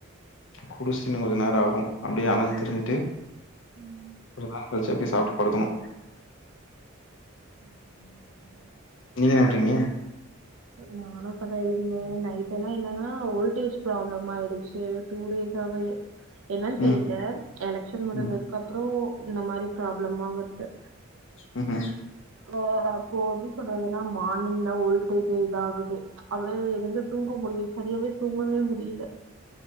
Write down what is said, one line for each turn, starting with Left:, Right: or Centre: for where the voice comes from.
Left: குடிசின்னு இன்னு கொஞ்ச நேரோ ஆகு அப்டியே அலஞ்சு திரிஞ்சுட்டு
Right: ம்
Left: கொஞ்ச நேரோ கழுச்சு அப்டியே சாப்ட்டு படுக்கணு
Right: <inaudible>
Left: நீங்க என்ன பண்றீங்க
Right: நானு இப்பதா எழுந்தே நைட் எல்லா என்னன்னா ஓல்ட் டேஜ் ப்ராப்ளம் ஆயிடுச்சு டூ டேஸ்சாவே என்னன்னு தெரில
Left: ம்
Right: எலக்ஷன் முடிஞ்சதுக்கு
Left: ம்
Right: அப்றோ இந்த மாரி ப்ராப்ளமா வருது
Left: உஹம்ம்
Right: ஆ அப்போ எப்டி சொல்றது ஏன்னா மார்னிங் தா ஓல்டேஜ் இதாகுது அவ்ளோ எங்க தூங்க போது செரியாவே தூங்கவே முடில